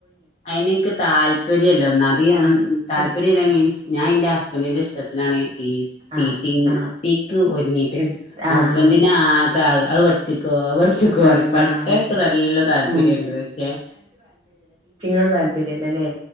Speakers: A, on the left; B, on the right.
A: അതിനെയ്ക്ക് താല്പര്യല്ല ഒന്നാത് അന്
B: ആഹ്
A: താല്പര്യല്ല മീൻസ് ഞാൻ ഇൻ്റെ ഹസ്ബന്റിന്റെ ഇഷ്ടത്തിനാണെങ്കി റ്റി ട്ടിട്ടിങ്
B: ആഹ് ആഹ്
A: സി ക്ക് ഒരുങ്ങിട്ട്
B: എടു ആഹ്
A: ഹസ്ബൻഡന്റെന് ആകെ ക്കാ അത് പഠിച്ചിട്ട് ഓ പഠിച്ചൊക്കെ
B: ആഹ്
A: പറിം പഠിക്കാനിൻക്ക്
B: ആഹ് അതെ അതെ അതെ
A: നല്ല താല്പര്യംണ്ട്
B: ഉം
A: പക്ഷെ
B: നോട്‌ താല്പര്യംല്ല ല്ലേ